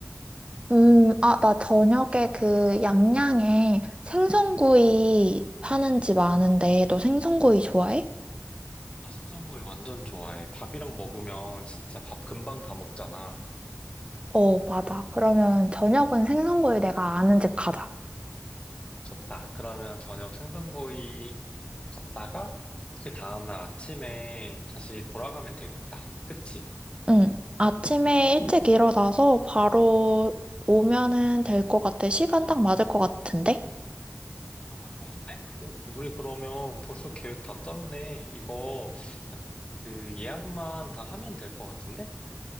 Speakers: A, on the right (about 20°); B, on the left (about 25°).
A: 음, 아, 나 저녁에 그 양양에 생선구이 파는 집 아는데 너 생선구이 좋아해?
B: 나 생선구이 완전 좋아해. 밥이랑 먹으면 진짜 밥 금방 다 먹잖아.
A: 어, 맞아. 그러면 저녁은 생선구이 내가 아는 집 가자.
B: 좋다. 그러면 저녁 생선구이 갔다가 그 다음날 아침에 다시 돌아가면 되겠다. 그치?
A: 응. 아침에 일찍 일어나서 바로 오면은 될 것 같아. 시간 딱 맞을 것 같은데?
B: 너무 좋은데? 어, 우리 그러면 벌써 계획 다 짰네. 이거 약- 그 예약만 다 하면 될 것 같은데?